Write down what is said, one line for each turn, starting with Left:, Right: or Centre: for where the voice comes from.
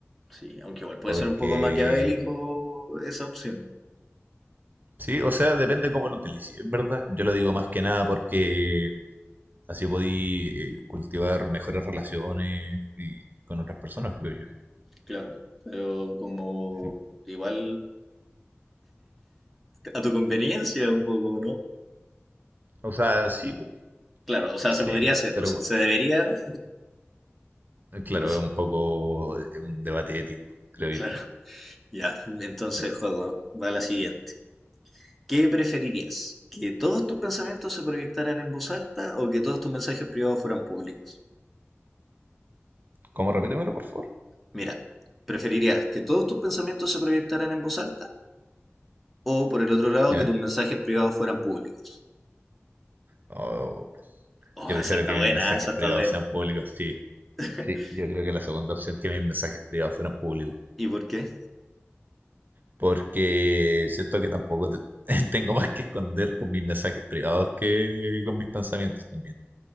Centre: Sí, aunque igual puede
Right: Porque...
Centre: ser un poco maquiavélico esa opción,
Right: Sí, o sea, depende cómo lo utilices, en verdad. Yo lo digo más que nada porque así podí eh, cultivar mejores relaciones y- con otras personas, creo yo.
Centre: claro, pero como
Right: Sí.
Centre: igual a tu conveniencia un poco, ¿no?
Right: O sea, sí, po,
Centre: Claro, o sea,
Right: sí,
Centre: se podría
Right: po,
Centre: hacer,
Right: pero
Centre: no sé, se debería,
Right: eh, claro,
Centre: no sé,
Right: es un poco eh, un debate ético, creo
Centre: claro.
Right: yo.
Centre: Ya, entonces,
Right: Ya.
Centre: juego, va la siguiente. ¿Qué preferirías? ¿Que todos tus pensamientos se proyectaran en voz alta o que todos tus mensajes privados fueran públicos?
Right: ¿Cómo? Repítemelo, por favor.
Centre: Mira, ¿preferirías que todos tus pensamientos se proyectaran en voz alta o por el otro lado
Right: ¿Ya?
Centre: que tus mensajes privados fueran públicos?
Right: Oh,
Centre: Oh,
Right: yo prefiero
Centre: esa está
Right: que
Centre: buena,
Right: mis mensajes
Centre: esa está
Right: privados
Centre: buena.
Right: sean públicos, sí.
Centre: <laughs>
Right: Sí, yo creo que la segunda opción que mis mensajes privados fueran públicos.
Centre: ¿Y por qué?
Right: Porque siento que tampoco te- <laughs> tengo más que esconder con mis mensajes privados que con mis pensamientos también.